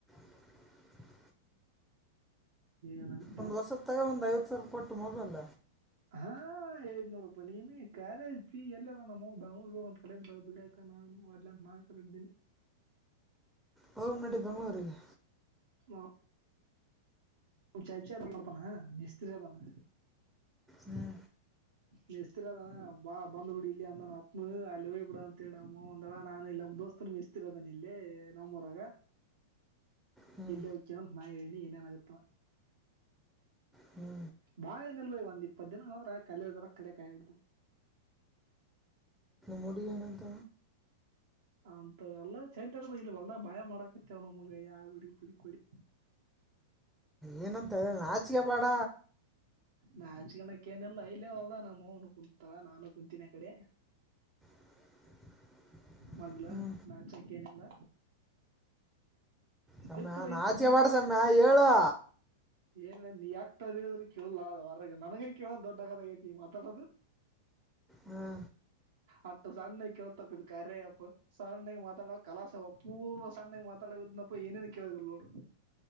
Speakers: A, in the centre; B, on the right.
A: <inaudible>
B: ಏನಾಗುತ್ತನ
A: ಒಂದ ವರ್ಷದ ತಗ ಒಂದ ಐವತ್ತ ಸಾವಿರ ಕೊಟ್ಟ ಮೊಬೈಲ್.
B: ಹಾ ಹೇಳಿದ ನೋಡಪ್ಪ ನೀನ ಕ್ಯಾರೇಜ್ ಫಿ ಎಲ್ಲನ ನಮ್ಮ ಬೆಂಗಳೂರ್ ಹ ಕಲಡ ಬಿಡಾಕ ನಾನು ಒಲ್ಲ ಅಂತ <unintelligible>
A: ಹೌ ನಡಿ ಬೆಂಗಳೂರಿಗಿ
B: ಹಾ ಹ ಚಾಚಡ್ತಾನ ಮಿಸ್ತ್ರಿ ಅದಾನ.
A: ಹ್ಮ.
B: ಮೇಸ್ತ್ರಿ ಅದನ ಬಾ ಬಂದ್ ಬಿಡ ಇಲ್ಲಿ ಅಂದನ ಅಪ್ಪ ಅಲ್ಲಿ ಹೊಯ್ ಬಿಡ ಅಂತ ಹೇಳಿ ನಮ್ಮ ಅವ್ವ ಅಂದಳ ನಾನು ಇಲ್ಲ ದೋಸ್ತನ ಮೇಸ್ತ್ರಿ ಅದನ ಇಲ್ಲೇ ನಮ್ಮ ಊರಾಗ
A: ಹ್ಞೂ
B: ಇಲ್ಲ ಹೋಕ್ಕನ ಅಂತ ನಾ ಹೇಳೀನಿ ಏನನಗತ್ತ.
A: ಹ್ಞೂ
B: ಬಾಳ ಏನಿಲ್ಲರಿ ಒಂದ್ ಇಪ್ಪತ್ತ ದಿನ ಅದ್ರ ಅಕಾ ಕಡೆ ಕಾಯಿ ಹಿಡ್ದ
A: ಮೂಡಿಯನಂತ
B: ಅಂತ ಎಲ್ಲ ಚೇಟರ್ದ ಇಲ್ಲಿ ಹೊಲ್ದ ಬಾಳ ಮಾಡಕತ್ತೇವ ನಮ್ಗ ಯಾವಡಿ ಪಡಿ ಪಡಿ
A: ಏನಂತ ಹೇಳ ನಾಚಕಬೇಡ.
B: ನಾಚ್ಕನಕ್ಕ ಏನಿಲ್ಲ ಇಲ್ಲೇ ಹೊಲ್ದಗ ನಮ್ಮ ಅವನು ಕುಂತಾಳ ನಾನು ಕುಂತೀನಿ ಆ ಕಡೆ
A: <inaudible>
B: ಮಗ್ಲ
A: ಹ್ಞೂ
B: ನಾಚಕ ಏನಿಲ್ಲ.
A: ಸಮ್ಮ
B: ಇತ್ರ
A: ನಾಚಕ
B: ಇತ್ರ
A: ಬ್ಯಾಡ ಸಮ್ಮ ಹೇಳು.
B: ಏನ್ ನೀ ಯಾಕ ತರದ ಇರೋದ್ರ ಕೇಳ ಹೊರಗ ನನಗ ಕೇಳೋ ದೊಡ್ಡ ಕಥಗೈತಿ ಮಾತಾಡೋದು.
A: ಹ್ಞೂ
B: ಅಟ್ಟ ಸಣ್ಣ ಕೆಳತಪ್ಪ ಇದ ಕರ ಸಣ್ಣ ಮಾತಾಡ ಕಲಾಶಾವ ಪೂರ್ವ ಸಣ್ಣಗ ಮಾತಾಡಿದ್ನಪ್ಪ ಏನೇನ ಕೇಳದಲ್ ನೋಡು.